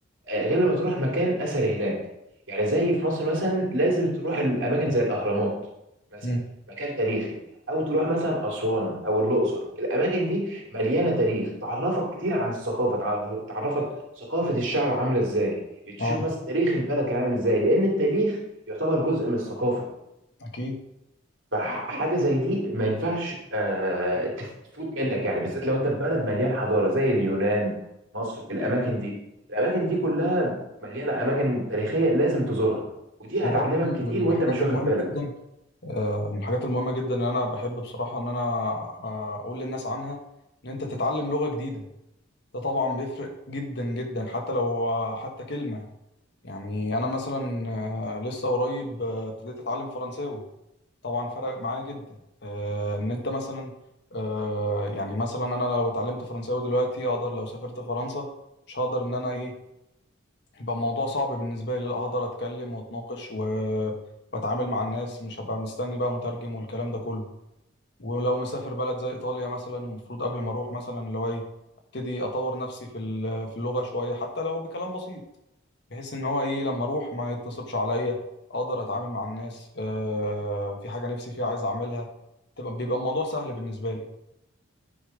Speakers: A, on the right; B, on the left.
A: آه، غير لما تروح مكان اثري هناك يعني زي في مصر مثلا لازم تروح الاماكن زي الاهرامات مثلا
B: مم.
A: مكان تاريخي او تروح مثلا اسوان او الاقصر الاماكن دي مليانه تاريخ تعرفك كتير عن الثقافه تعرف- تعرفك ثقافه الشعب عامله ازاي تشوف
B: أه
A: مثلا تاريخ البلد كان عامل ازاي لان التاريخ يعتبر جزء من الثقافه
B: أكيد
A: فحاجه زي دي ما ينفعش آه، تف- تفوت منك يعني بالذات لو انت في بلد مليان حضاره زي اليونان مصر الاماكن دي الاماكن دي كلها مليانه اماكن تاريخيه لازم تزورها ودي هتعلمك
B: وبرضه
A: كتير
B: من
A: وانت
B: الحاجات
A: مش واخد
B: المهمة
A: بالك
B: جدا آه، من الحاجات المهمة جدا إن أنا بحب بصراحة إن أنا آه، أقول للناس عنها إن أنت تتعلم لغة جديدة ده طبعا بيفرق جدا جدا حتى لو آه، حتى كلمة يعني أنا مثلا آه، لسه قريب آه، ابتديت أتعلم فرنساوي طبعا فرق معايا جدا آه، ان انت مثلا آه، يعني مثلا انا لو اتعلمت فرنساوي دلوقتي اقدر لو سافرت فرنسا مش هقدر ان انا ايه يبقى الموضوع صعب بالنسبه لي لا اقدر اتكلم واتناقش و... واتعامل مع الناس مش هبقى مستني بقى مترجم والكلام ده كله ولو مسافر بلد زي ايطاليا مثلا المفروض قبل ما اروح مثلا اللي هو ايه ابتدي اطور نفسي في ال- في اللغه شويه حتى لو بكلام بسيط بحيث ان هو ايه لما اروح ما يتصلش عليا اقدر اتعامل مع الناس آه في حاجه نفسي فيها عايز اعملها تبقى بيبقى الموضوع سهل بالنسبه لي